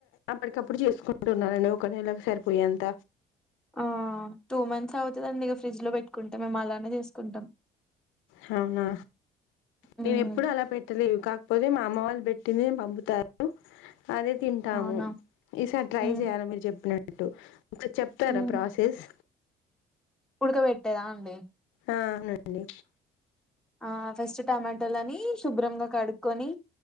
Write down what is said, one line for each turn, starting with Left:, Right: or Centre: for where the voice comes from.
Left: అప్పటికప్పుడు చేసుకుంటున్నారండి ఒక నెలకి సరిపోయే అంత
Centre: ఆ టూ మంత్స్ అవుతదండి ఇగ ఫ్రిడ్జ్ లో పెట్టుకుంటే మేము అలానే చేసుకుంటాం.
Left: హవునా
Centre: హ్మ్
Left: నేను ఎప్పుడూ అలా పెట్టలేవు కాకపోతే మా అమ్మ వాళ్ళు బెట్ టినే పంపుతారు అదే తింటాము
Centre: అవునా
Left: ఈసారి ట్రై
Centre: హ్మ్
Left: చేయాల మీరు చెప్పిన ట్టు ఒకసారి చెప్తారా
Centre: హ్మ్
Left: ప్రాసెస్
Centre: ఉడకబెట్టేదా అండి
Left: ఆ అవునండి
Centre: ఆ ఫస్ట్ టమాటోలని శుభ్రంగా కడుక్కొని